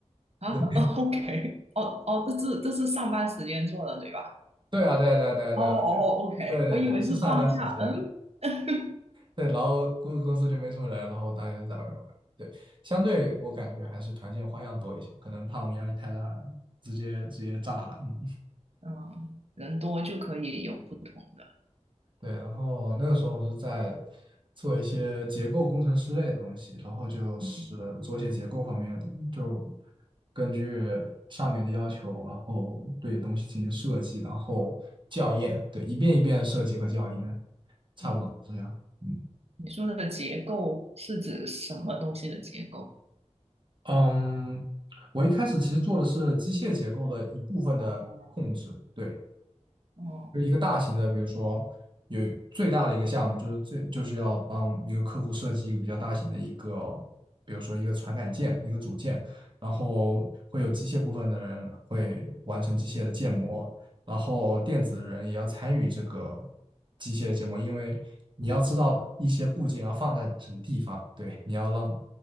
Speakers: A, on the right; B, on the right.
A: 啊哦，OK，
B: 对
A: 哦哦，这是这是上班时间做的，对吧？
B: 对啊，对啊对啊对啊对啊，
A: 哦哦，OK，
B: 就对对对，
A: 我以为是放假，
B: 是上班时间。
A: 嗯。<laughs>
B: 对，然后公公司就没什么人，然后大家在外面玩。对，相对我感觉还是团建花样多一些，可能怕我们压力太大，直接直接炸了。嗯，
A: 嗯，人多就可以有不同的。
B: 对。然后那个时候我是在做一些结构工程师类的东西，然后就是做一些结构方面的，
A: 嗯
B: 就根据上面的要求，然后对东西进行设计，然后校验，对，一遍一遍地设计和校验，差不多是这样。
A: 嗯
B: 嗯。
A: 你说的结构是指什么东西的结构？
B: 嗯，我一开始其实做的是机械结构的一部分的控制，
A: 哦
B: 对，
A: 哦
B: 就是一个大型的，比如说有最大的一个项目，就是最就是要帮一个客户设计一个比较大型的一个，比如说一个传感件、一个组件，然后会有机械部分的人会完成机械的建模，然后电子人也要参与这个机械的建模，因为你要知道一些部件要放在什么地方，对，你要让